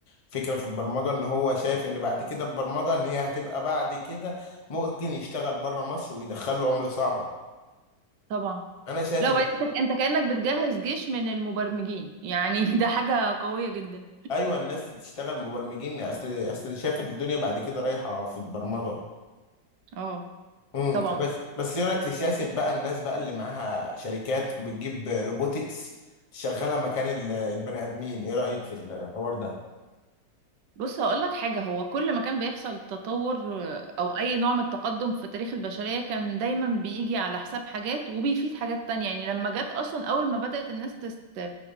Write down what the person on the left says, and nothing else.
فكره في البرمجه ان هو شايف ان بعد كده البرمجه ان هي هتبقى بعد كده ممكن يشتغل بره مصر ويدخل له عمله صعبه
انا شايف
ان
ايوه الناس تشتغل مبرمجين اصل اصل شايف الدنيا بعد كده رايحه في البرمجه
امم
بس بس ايه رايك في سياسه بقى الناس بقى اللي معاها شركات وبتجيب روبوتكس تشغلها مكان ال- البني ادمين ايه رايك في الحوار ده